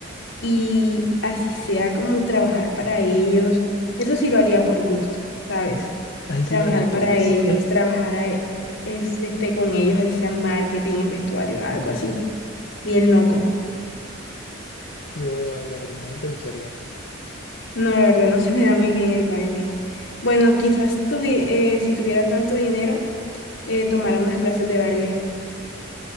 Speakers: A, on the left (about 80°); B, on the left (about 55°).
A: y así sea como trabajar para ellos, eso sí lo haría por gusto, ¿sabes?
B: <laughs> Ahí
A: Trabajar
B: sí lo harías por
A: para
B: gusto.
A: ellos, trabajar a- e, es- este, con ellos, así sea en marketing, en vestuario, algo así, bien loco.
B: <laughs> Yo de bailarina no te gustaría.
A: No, la verdad no se me da muy bien el baile. Bueno, quizás tuvi- eh, si tuviera tanto dinero, eh, tomara unas clases de baile.